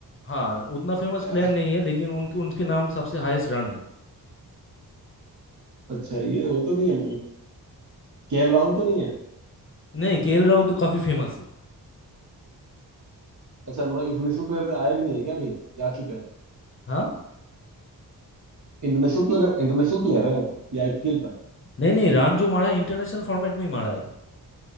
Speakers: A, on the left (about 35°); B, on the right (about 50°).
A: हाँ उतना फेमस
B: या,
A: प्लेयर नहीं है लेकिन उनके उनके नाम सबसे हाईएस्ट रन है
B: अच्छा ये वो तो नहीं है केएल राहुल तो नहीं है
A: नहीं केएल राहुल तो काफी फेमस है
B: अच्छा मतलब इंटरनेशनल प्लेयर में आया भी नहीं है क्या अभी या आ चुका है
A: हाँ
B: इंटरनेशनल प्लेयर इंटरनेशनल प्लेयर है वो ये आईपीएल का
A: नहीं नहीं रान जो मारा है इंटरनेशनल फॉर्मेट में ही मारा है